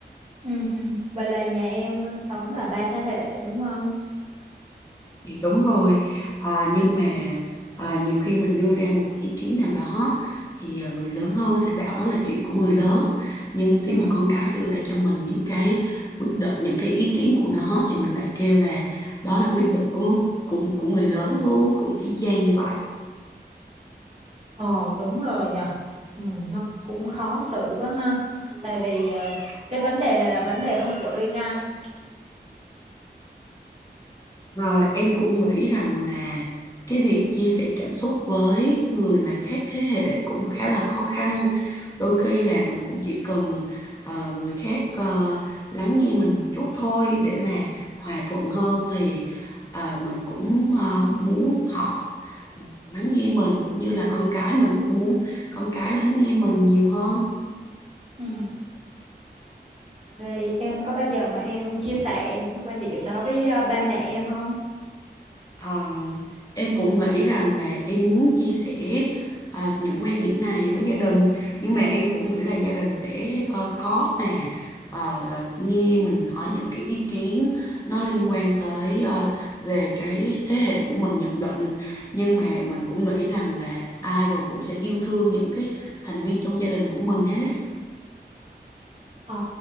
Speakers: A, on the right; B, on the left.
A: ừ vậy là nhà em sống là ba thế hệ đúng không
B: Dạ, đúng rồi à, nhưng
A: ừ
B: mà à, nhiều khi mình đưa ra một cái ý kiến nào đó thì à, người lớn hơn sẽ bảo đó là chuyện của người lớn nhưng khi
A: ừ
B: mà con cái đưa ra cho mình những cái quyết định những cái ý kiến của nó thì mình lại kêu là đó là quyết định của của của người lớn luôn cũng y chang như vậy
A: ồ đúng rồi nhờ ừ, nó cũng khó xử quá ha tại vì ờ, cái vấn đề này là vấn đề không của riêng ai
B: Rồi em cũng nghĩ rằng là cái việc chia sẻ cảm xúc với người mà khác thế hệ cũng khá là khó khăn. Đôi khi là mình cũng chỉ cần ờ, người khác ờ, lắng nghe mình một chút thôi để mà hòa thuận hơn thì ờ, mình cũng ờ, muốn họ lắng nghe mình cũng như là con cái mình cũng muốn con cái lắng nghe mình nhiều hơn.
A: ừ đây em có bao giờ mà em chia sẻ những cái quan điểm đó với ờ, ba mẹ em không
B: Ờ, em cũng nghĩ rằng là em muốn chia sẻ ờ, những quan điểm này với gia đình nhưng mà em cũng nghĩ là gia đình sẽ ờ, khó mà ờ, nghe mình hỏi những cái ý kiến nó liên quan tới ờ, về cái thế hệ của mình nhận định nhưng mà mình cũng nghĩ rằng là ai rồi cũng sẽ yêu thương những cái thành viên trong gia đình của mình hết
A: Ờ